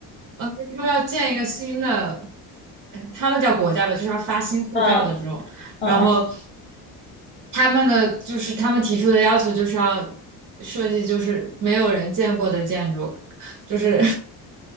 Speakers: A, on the right (about 50°); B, on the left (about 20°).
A: 呃，他们要建一个新的，呃他们叫国家吧，就是要发新护照的这种，
B: 嗯嗯嗯，
A: 然后他们的就是他们提出的要求就是要设计就是没有人见过的建筑，就是